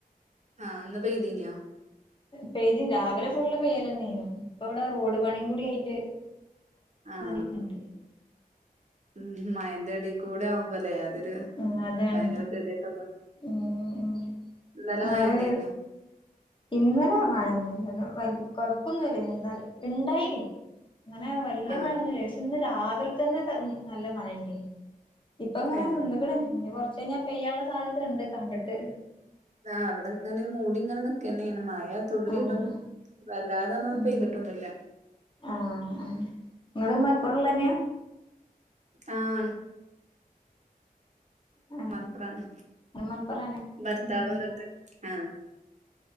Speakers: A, on the right; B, on the left.
A: ആ ഇന്ന് പെയ്‌തീനോ
B: പെയ്തിന് രാവിലെ ഫുള്ള് പെയ്യലെന്നെയ്നു ഇപ്പ ഇവിടെ റോഡ് പണിം കൂടിയായിട്ട്
A: ആഹ്
B: <unintelligible>
A: ഉം മയന്റെ എടീകൂടെ ആവുമ്പൊലെ അത് അത്
B: ഉം അതാണ്
A: ഭയങ്കര ഗതികെട്ടപ്പോ <unintelligible>
B: ഉം
A: ഇന്നലെ
B: ഇങ്ങള്
A: മയണ്ടയ്നൊ
B: ഇന്നലെ മഴൊന്നുല്ല <unintelligible> കൊഴപ്പൊന്നില്ലയിനിം ഇണ്ടായിനിം അങ്ങനെ വല്ല്യ
A: ആഹ്
B: മഴന്നുല്ലയ്നിം പക്ഷേ ഇന്ന് രാവിലെ തന്നെ മ് നല്ല മഴയുണ്ടയ്നിം ഇപ്പങ്ങനെ
A: ഏഹ്
B: നിന്ന്ക്ക്ണ് കൊറച്ചയ്ഞ്ഞാ പെയ്യാള്ള സാധ്യത ഇണ്ട് കണ്ടിട്ട്
A: ആ ഇവിടെ ഇങ്ങനെ മൂടിങ്ങനെ നിക്കെന്നേണ് മഴ തുള്ളിടും
B: ആഹ്
A: വല്ലാതൊന്നും
B: ഉം
A: പെയ്തിട്ടൊന്നുല്ല
B: ആഹ് ഇങ്ങള് മലപ്പുറംള്ളന്നെയാ
A: ആഹ്
B: ആഹ്
A: മലപ്പുറാണ്.
B: ഞാനും മലപ്പുറാണ്
A: ഭർത്താവ്
B: ഉം
A: <unintelligible> ആഹ്